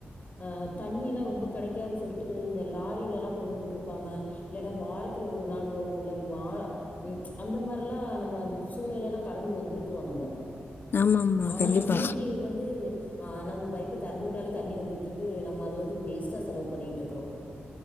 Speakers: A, on the left; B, on the left.
A: ஆ தண்ணி எல்லா ரொம்ப கடைக்காது சொல்ட்டு இந்த லாரிலல்லா கொண்டு வந்து கொடுப்பாங்க ஏனா வாரத்துல ஒரு நாள் வரும் இல்ல வா ம் அந்த மாரிலா நம்ம சூழ்நிலைல்லா கடந்து வந்துருக்குறோ நம்ம
B: ஆமா ஆமா
A: ஆனா
B: கண்டிப்பா
A: இன்னக்கி வந்து அ நம்ம பைப்ப தெறந்து விட்டால தண்ணி வந்துட்ருக்கு நம்ம அத வந்து வேஸ்ட்டா செலவு பண்ணிட்ருக்கறோ